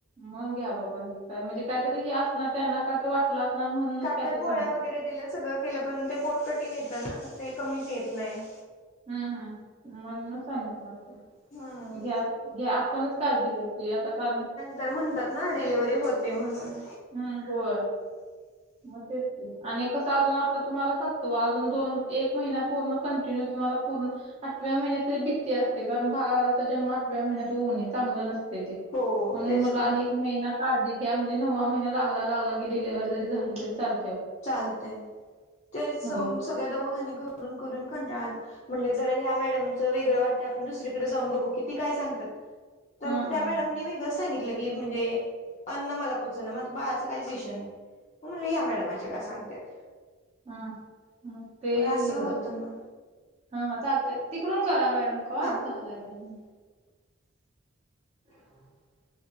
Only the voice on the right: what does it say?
मग घ्या बाबा ह का म्हणजे कायतरी हे असणार त्यांना कायतरी वाटलं. असणार म्हणूनच
काहीतरी
सांगितलं
हा हा म्हणून सांगितलं असेल.
घ्या घ्या आपणच काळजी घ्यायची आता कारण.
हम्म हो. मग तेच ते आणि कसं अजून आता तुम्हाला सातवा अजून दोन एक महिना पूर्ण कंटिन्यू तुम्हाला पूर्ण. आठव्या महिन्यात तरी भिती असते कारण भावाचा जन्म आठव्या महिन्यात होऊन चांगलं नसते ते.
म्हणून
म
अनेक महिना काणंळजी घ्या म्हणजे नववा महिना लागला लागला की डिलेव्हरी जरी झाली. झाली तरी चाल
हो
हां हां
हां
हा मग ते
हे झालं.
हा हा चालतय तिकडून करा मॅडम कॉल
झालाय दहा मिनिट. <inaudible>